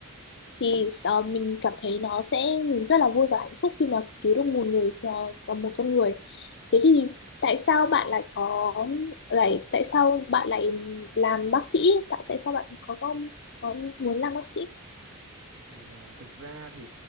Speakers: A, on the left; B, on the right.
A: thì ờ, mình cảm thấy nó sẽ mình rất là vui và hạnh phúc khi mà cứu được một người ờ, còn một con người thế thì tại sao bạn lại có lại tại sao bạn lại làm bác sĩ tại tại sao bạn có có, có muốn làm bác sĩ
B: thì, ờ, thực ra thì